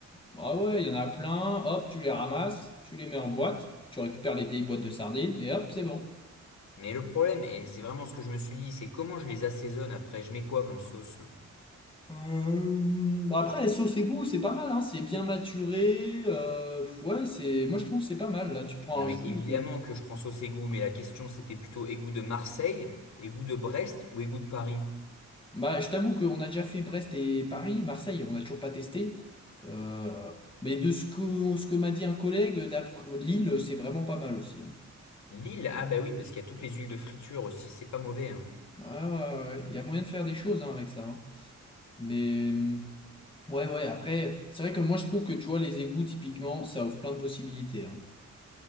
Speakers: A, on the left; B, on the left.
A: Bah ouais, il y en a plein. Hop, tu les ramasses, tu les mets en boîte, tu récupères les vieilles boîtes de sardines et hop, c'est bon.
B: Mais le problème, et c'est vraiment ce que je me suis dit, c'est comment je les assaisonne après, je mets quoi comme sauce?
A: Euh, bah après, la sauce et goût, c'est pas mal, hein. C'est bien maturé. euh, ouais, c'est, moi je trouve que c'est pas mal. Là, tu prends
B: Non mais
A: un
B: évidemment
A: jus. euh,
B: que je prends sauce égout, mais la question c'était plutôt égout de Marseille, égout de Brest ou égout de Paris?
A: Bah, je t'avoue qu'on a déjà fait Brest et Paris, Marseille, on n'a toujours pas testé. Euh, mais de ce que, ce que m'a dit un collègue, d'après Lille, c'est vraiment pas mal aussi. hein.
B: L'île, ah bah oui, parce qu'il y a toutes les huiles de friture aussi, c'est pas mauvais, hein.
A: Ouais, ouais, ouais. ouais. Il y a moyen de faire des choses hein, avec ça. hein. Mais. hum, Ouais, ouais, après, c'est vrai que moi je trouve que tu vois, les égouts, typiquement, ça offre plein de possibilités. hein.